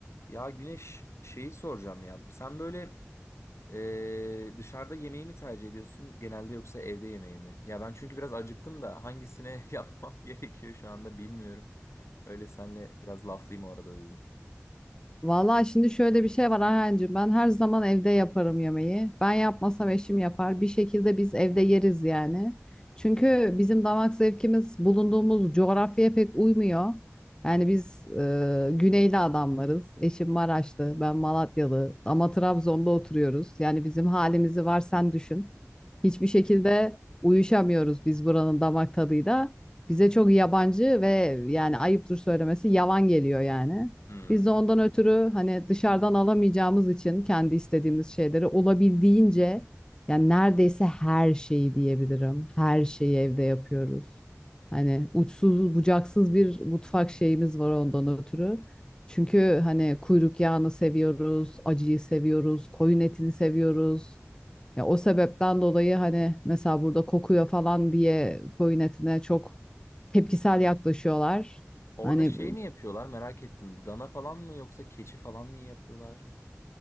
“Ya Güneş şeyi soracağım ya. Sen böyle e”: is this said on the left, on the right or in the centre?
Left